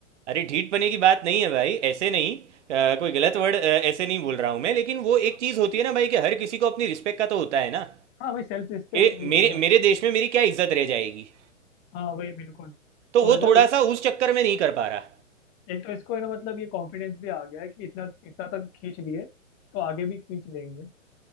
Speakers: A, on the right; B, on the left.
A: अरे ढीठ पने की बात नहीं है भाई ऐसे नहीं अ, कोई गलत वर्ड ऐसे नहीं बोल रहा हूँ मैं लेकिन वो
B: हाँ
A: एक चीज़ होती है ना भाई कि हर किसी को अपनी रिस्पेक्ट का तो होता है ना
B: हाँ भाई सेल्फ रिस्पेक्ट
A: कि
B: वही हो
A: मेरे
B: गया हाँ
A: मेरे देश में मेरी क्या इज्जत रह जाएगी
B: हाँ वही बिल्कुल
A: तो
B: और
A: वो
B: इधर
A: थोड़ा सा उस चक्कर में नहीं कर पा रहा
B: एक तो इसको है ना मतलब ये कॉन्फिडेंस भी आ गया है कि इतना इतना तक खींच लिए तो आगे भी खींच लेंगे